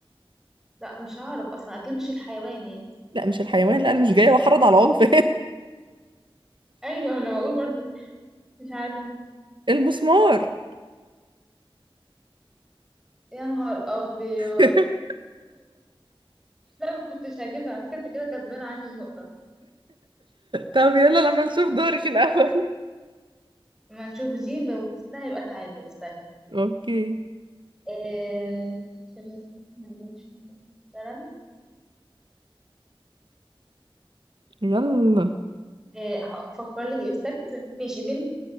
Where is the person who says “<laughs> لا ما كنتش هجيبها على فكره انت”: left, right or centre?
Centre